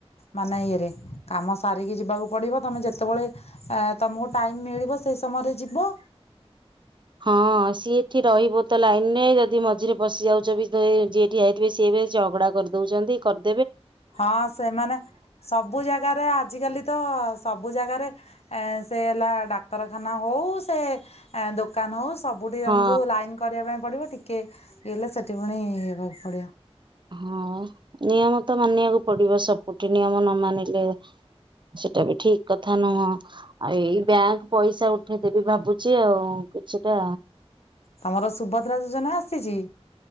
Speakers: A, on the left; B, on the right.
A: ମାନେ ଇଏରେ କାମ ସାରିକି ଯିବାକୁ ପଡିବ ତମେ ଯେତେବେଳେ ତମକୁ ଟାଇମ ମିଳିବ ସେଇ ସମୟରେ ଯିବ।
B: ହଁ ସିଏ ଏଠି ରହିବ ତ ଲାଇନରେ ଯଦି ମଝିରେ ପଶି ଯାଉଛ ଯିଏଠି ହେଇଥିବେ ସିଏ ବି ସେଝଗଡ଼ା କରିଦଉଛନ୍ତି କରି
A: ହଁ ସେମାନେ ସବୁ ଜାଗାରେ ଆଜିକାଲି ତ ସବୁ ଜାଗାରେ ଏ ସେ ହେଲା ଡାକ୍ତରଖାନା ହଉ ସେ ଦୋକ ଦୋକାନ ହଉ ସବୁଠି ତମକୁ
B: ହଁ
A: ଲାଇନ କରିବା ପାଇଁ ପଡିବ ଟିକେ ହେଲେ ସେଠି ପୁଣି ହେବାକୁ ପଡିବ
B: ହଁ ନିୟମ ତ ମାନିବାକୁ ପଡିବ ସବୁଠି ନିୟମ ନ ମାନିଲେ ସେଟା ବି ଠିକ କଥା ନୁହଁ ଆଉ ଏଇ ବ୍ୟାଙ୍କ ପଇସା ଉଠେଇଦେବି ଭାବୁଛି ଆଉ କିଛିଟା
A: ତମର ସୁଭଦ୍ରା ଯୋଜନା ଆସିଛି